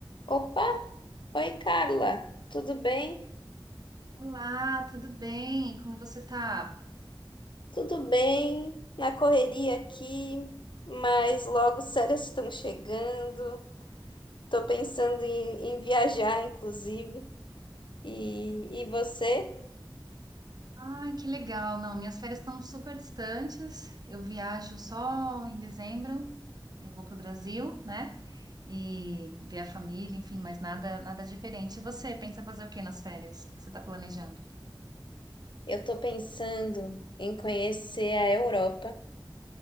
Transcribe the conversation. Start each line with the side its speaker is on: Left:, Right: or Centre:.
Left: Opa! Oi, Carla. Tudo bem?
Right: Olá, tudo bem? Como você tá?
Left: Tudo bem? Na correria aqui, mas logo as férias estão chegando. Tô pensando em, em viajar, inclusive. E, e você?
Right: Ai, que legal. Não, minhas férias estão super distantes. Eu viajo só em dezembro, aí vou pro Brasil, né? E ver a família, enfim, mas nada, nada diferente. E você pensa fazer o que nas férias? O que que você tá planejando?
Left: Eu tô pensando em conhecer a Europa,